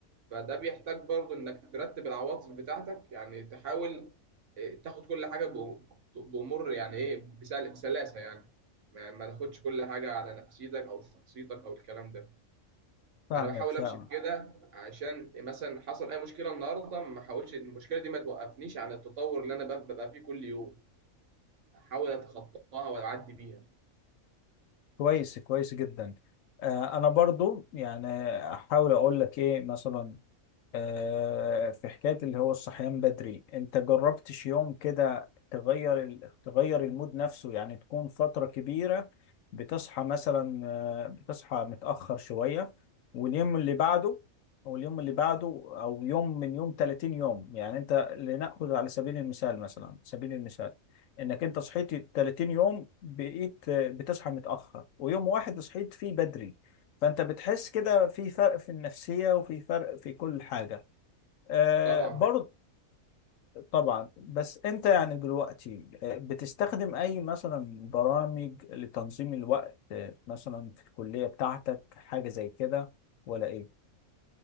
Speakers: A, on the right; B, on the left.
A: فده بيحتاج برضه انك ترتب العواطف بتاعتك يعني تحاول إيه، تاخد كل حاجه بأم- بامور يعني ايه بسل... بسلاسه يعني ما... ما تاخدش كل حاجه على نفسيتك او شخصيتك او الكلام ده
B: فاهمك
A: انا بحاول
B: فاهمك
A: امشي في كده عشان مثلا حصل اي مشكله النهارده ما احاولش المشكله دي ما توقفنيش عن التطور اللي انا بب- ببقى فيه كل يوم احاول اتخطاها واعدي بيها
B: كويس كويس جدا آه، انا برضو يعني احاول اقول لك ايه مثلا آه، في حكاية اللي هو الصحيان بدري انت جربتش يوم كده تغير ال- تغير المود نفسه يعني تكون فترة كبيرة بتصحى مثلا آه، بتصحى متأخر شوية واليوم اللي بعده او اليوم اللي بعده او يوم من يوم 30 يوم يعني انت لنأخذ على سبيل المثال مثلا سبيل المثال انك انت صحيت 30 يوم بقيت آه، بتصحى متأخر ويوم واحد صحيت فيه بدري فانت بتحس كده في فرق في النفسية وفي فرق في كل حاجة آه
A: طبعا
B: برضه طبعا بس انت يعني دلوقتي آه، بتستخدم اي مثلا برامج لتنظيم الوقت آه، مثلا في الكلية بتاعتك حاجة زي كده ولا ايه